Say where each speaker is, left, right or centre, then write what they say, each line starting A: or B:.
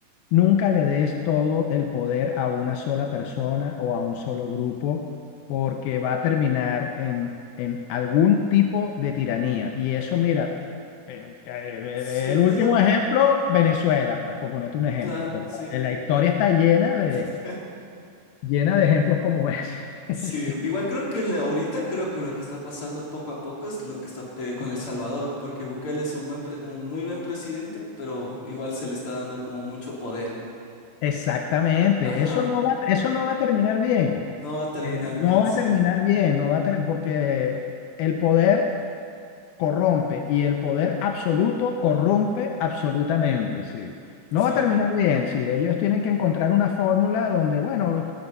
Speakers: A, on the left; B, on the left.
A: nunca le des todo el poder a una sola persona o a un solo grupo, porque va a terminar en, en algún tipo de tiranía. Y eso, mira, eh, eh,
B: Sí,
A: el último
B: es lo,
A: ejemplo, Venezuela, pues, por ponerte un ejemplo,
B: claro,
A: pero
B: sí.
A: la historia está llena de,
B: <laughs>
A: llena de ejemplos como ese. <laughs>
B: Sí, igual creo que en la- ahorita creo que lo que está pasando poco a poco es lo que está eh, con El Salvador, porque Bukele es un buen pre- un muy buen presidente, pero igual se le está dando como mucho poder.
A: Exactamente,
B: Ajá,
A: eso no va, eso no va a terminar bien.
B: no va a terminar
A: Eh, no
B: bien,
A: va
B: sí,
A: a terminar bien, no va a ter- porque el poder corrompe y el poder absoluto corrompe absolutamente, sí. No
B: sí.
A: va a terminar bien, sí. Ellos tienen que encontrar una fórmula donde, bueno,